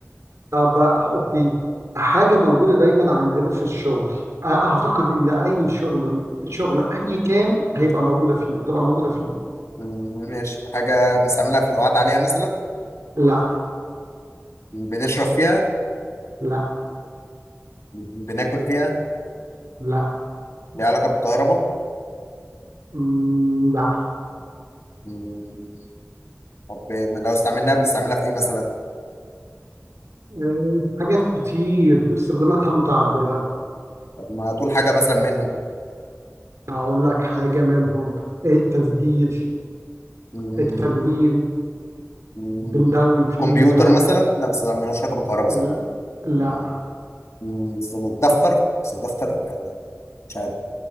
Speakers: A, on the right (about 80°); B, on the left (about 80°).
A: طب أوكي حاجة موجودة دايما عندنا في الشغل آه، أعتقد إن أي شغل شغل أي كان هيبقى موجودة فيه هتبقى موجودة فيه
B: <laughs> ماشي حاجة بنستعملها في القعاد عليها مثلا
A: لا
B: بنشرب فيها
A: لا
B: بناكل فيها
A: لا
B: ليها علاقة بالكهرباء
A: مم، لا
B: مم، طب من- لو استعملناها بنستعملها في ايه مثلا
A: آه، حاجات كتير استخداماتها متعددة
B: طب ما هتقول حاجة مثلا منهم
A: أقول لك حاجة منهم التسجيل
B: مم،
A: التدوين
B: مم،
A: بندون فيها
B: كمبيوتر مثلا لا بس ده ملوش علاقة بالكهرباء صح
A: ال... لا
B: مم، مم، استنى، دفتر بس دفتر يعني مش عارف